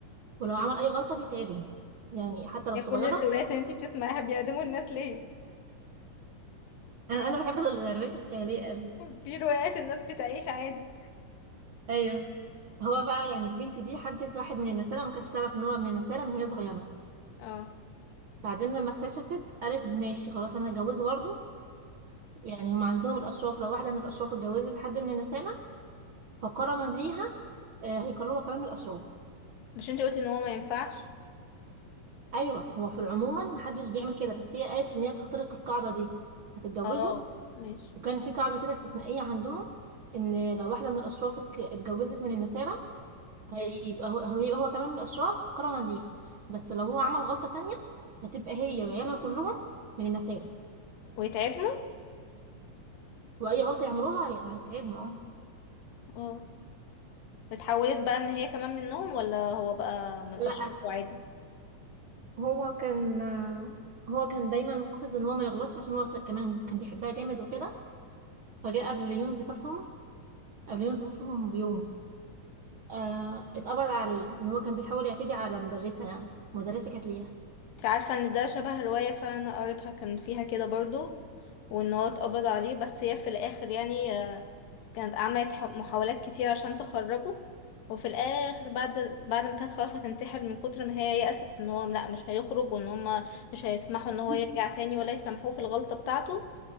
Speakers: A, on the right; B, on the left.
A: ولو عمل أي غلطة بيتعدم يعني حتى لو
B: يا
A: صغيرة
B: كل الروايات اللي انتي بتسمعيها بيعدموا الناس ليه
A: انا انا بحب الروايات الخياليه قوي
B: <laughs> في روايات الناس بتعيش عادي
A: ايوه هو بقى يعني البنت دي حبت واحد من النسالة ما كانتش تعرف ان هو من النسالة من وهي صغيره
B: اه
A: بعدين لما اكتشفت قالت ماشي خلاص انا هتجوزه برضه يعني هم عندهم الاشراف لو واحده من الاشراف اتجوزت حد من النسالة فكرما ليها آه، هيكلوها كمان من الاشراف
B: مش انتي قلتي ان هو ما ينفعش
A: ايوه هو في العموما محدش بيعمل كده بس هي قالت ان هي تخترق القاعده دي هتتجوزه
B: اه ماشي
A: وكان في قاعده كده استثنائيه عندهم ان لو واحده من الاشراف اتك- اتجوزت من النسالة هيبقى هو هو- هيبقى هو كمان من الأشراف كرما ليها بس لو هو عمل غلطة تانية هتبقى هي وعيالها كلهم من النتائج
B: ويتعدموا
A: وأي غلطة يعملوها هي- هيتعبنا اه
B: اه اتحولت بقى ان هي كمان منهم ولا هو بقى من الاشخاص
A: لا
B: وعادي
A: هو كان هو كان دايما محافظ ان هو ما يغلطش عشان هو ف- كمان كان بيحبها جامد وكده فجاء قبل يوم زفافهم قبل يوم زفافهم بيوم آه اتقبض عليه ان هو كان بيحاول يعتدي على مدرسة يعني مدرسة كانت ليها
B: انت عارفة ان ده شبه رواية فعلا انا قريتها كان فيها كده برضو وان هو اتقبض عليه بس هي في الاخر يعني آه، كانت عملت ح- محاولات كتير عشان تخرجه وفي الاخر بعد بعد ما كانت خلاص هتنتحر من كتر ما هي يأست ان هو لا مش هيخرج وان هما مش هيسمحوا ان هو
A: <clears throat>
B: يرجع تاني ولا يسامحوه في الغلطة بتاعته